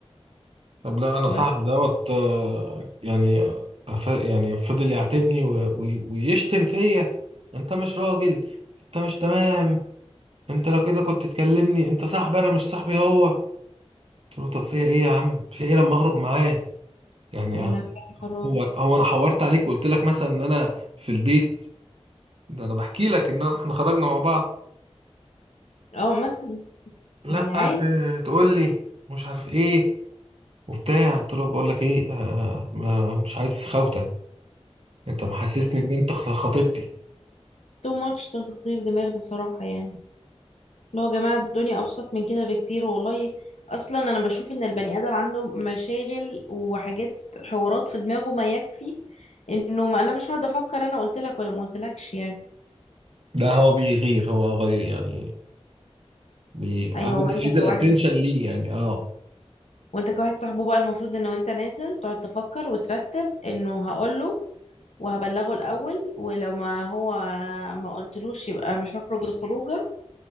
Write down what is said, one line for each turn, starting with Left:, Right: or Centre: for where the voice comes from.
Right: طب لا انا
Left: بس
Right: صاحبي دوت آه، يعني آه، ف- يعني فضل يعاتبني و- وي- ويشتم فيا انت مش راجل انت مش تمام انت لو كده كنت تكلمني انت صاحبي انا مش صاحبي هو قلت له طب فيها ايه يا عم في ايه لما اخرج معاه يعني
Left: يعني
Right: آه،
Left: فراغ
Right: هو هو انا حورت عليك وقلت لك مثلا ان انا في البيت ده انا بحكي لك ان احنا خرجنا مع بعض
Left: اه مثلا
Right: لا
Left: يعني عادي
Right: ت- تقول لي مش عارف ايه وبتاع قلت له بقول لك ايه آه آه، ما- مش عايز خوته انت محسسني ان انت خ- خطيبتي
Left: تو ماتش تصغير دماغ بصراحة يعني اللي هو يا جماعة الدنيا أبسط من كده بكتير والله أصلا أنا بشوف إن البني آدم عنده مشاغل وحاجات حوارات في دماغه ما يكفي إنه ما أنا مش هقعد أفكر أنا قلت لك ولا ما قلتلكش يعني
Right: ده هو بيغير هو غير يعني بي...
Left: أيوه
Right: عايز
Left: وأنت
Right: عايز الاتنشن
Left: كواحد
Right: ليه يعني اه
Left: وأنت كواحد صاحبه بقى المفروض إن وأنت نازل تقعد تفكر وترتب إنه هقوله وهبلغه الأول ولو ما هو ما قلتلوش يبقى مش هخرج الخروجة